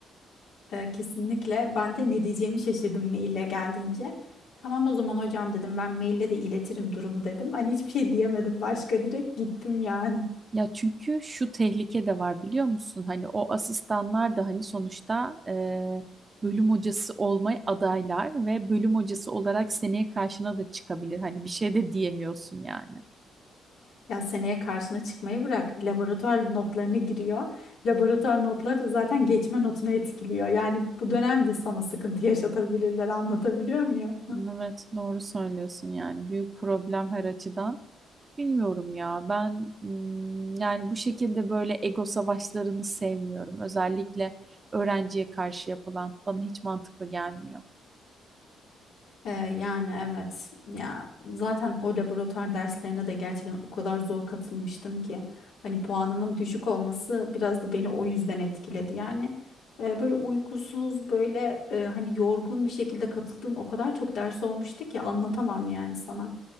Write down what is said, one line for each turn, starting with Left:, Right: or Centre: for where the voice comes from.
Left: Ee, kesinlikle. Ben de ne diyeceğimi şaşırdım maille geldiğince. Tamam o zaman hocam dedim ben maille de iletirim durumu dedim. Hani hiçbir şey diyemedim başka direkt gittim yani.
Right: Ya çünkü şu tehlike de var biliyor musun? Hani o asistanlar da hani sonuçta e, bölüm hocası olmaya adaylar ve bölüm hocası olarak seneye karşına da çıkabilir. Hani bir şey de diyemiyorsun yani.
Left: Ya seneye karşına çıkmayı bırak. Laboratuvar notlarını giriyor. Laboratuvar notları da zaten geçme notunu etkiliyor. Yani bu dönemde sana sıkıntı yaşatabilirler anlatabiliyor muyum?
Right: Evet doğru söylüyorsun yani büyük problem her açıdan. Bilmiyorum ya ben mm, yani bu şekilde böyle ego savaşlarını sevmiyorum. Özellikle öğrenciye karşı yapılan bana hiç mantıklı gelmiyor.
Left: Ee, yani evet ya zaten o laboratuvar derslerine de gerçekten o kadar zor katılmıştım ki hani puanımın düşük olması biraz da beni o yüzden etkiledi yani e, böyle uykusuz böyle e, hani yorgun bir şekilde katıldığım o kadar çok ders olmuştu ki anlatamam yani sana.